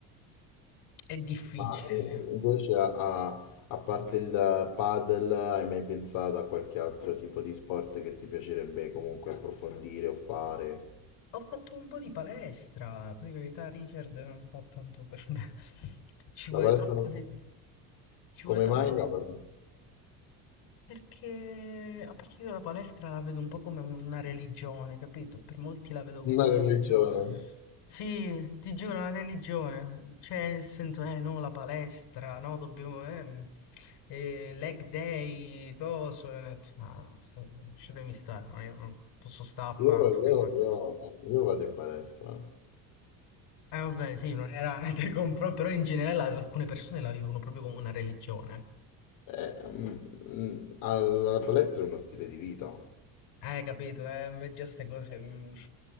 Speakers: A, on the left; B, on the left.
A: è difficile.
B: Ma eh, eh, invece a, a parte il padel, hai mai pensato a qualche altro tipo di sport che ti piacerebbe comunque approfondire o fare?
A: Ho fatto un po' di palestra, per carità Richard non fa tanto per me. <laughs> Ci
B: La
A: vuole
B: palestra
A: troppa
B: non
A: dedizione.
B: fa-
A: Ci
B: Come
A: vuole troppa
B: mai
A: dedizione.
B: la palestra?
A: Perché, a parte che io la palestra la vedo un po' come una religione, capito? Per molti la vedo come
B: Una
A: una
B: religione.
A: religione. Sì, ti giuro, una religione. Cioè, nel senso, eh, no, la palestra, no, dobbiamo, eh, eh, leg day, coso. e ho detto, "Ma, se- lasciatemi stare, no, io no, posso stare a fare
B: Io,
A: queste
B: io-
A: cose.
B: io- io vado in palestra.
A: Eh vabbè, sì, non era <laughs> niente compro, però in generale la- alcune persone la vivono proprio come una religione.
B: Eh, mm, mm, alla palestra è uno stile di vita.
A: Eh, capito? Eh, ma già ste cose, mm,